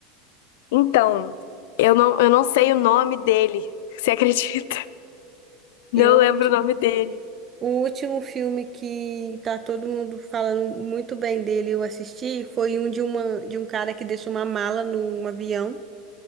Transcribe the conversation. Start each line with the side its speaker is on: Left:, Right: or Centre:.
Left: Então, eu não, eu não sei o nome dele. <laughs> Você acredita? Não
Right: Eu
Left: lembro o nome dele.
Right: o, último filme que tá todo mundo falando muito bem dele, eu assisti, foi um de, uma, de um cara que deixou uma mala num avião.